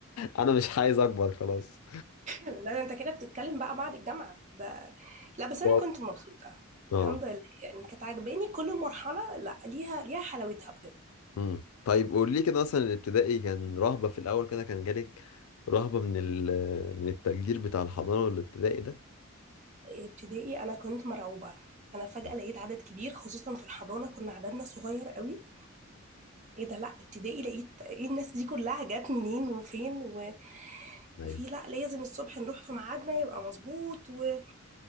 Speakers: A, on the left; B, on the right.
A: انا مش عايز اكبر خلاص
B: لا ده انت كده بتتكلم بقى بعد الجامعة ده لا بس انا
A: بالظبط.
B: كنت مبسوطة
A: اه
B: الحمد لله يعني كانت عاجباني كل مرحلة لا ليها ليها حلاوتها بجد
A: امم طيب قول لي كده مثلا الابتدائي كان رهبه في الاول كده كان جالك رهبه من ال من التفجير بتاع الحضانه والابتدائي ده
B: إيه، ابتدائي انا كنت مرعوبة انا فجأة
A: مم.
B: لقيت عدد كبير خصوصا في الحضانة كنا عددنا صغير قوي ايه ده لا ابتدائي لقيت ايه الناس دي كلها جت منين وفين و...
A: ايوه
B: وفي لا لازم الصبح نروح في ميعادنا يبقى مظبوط ويا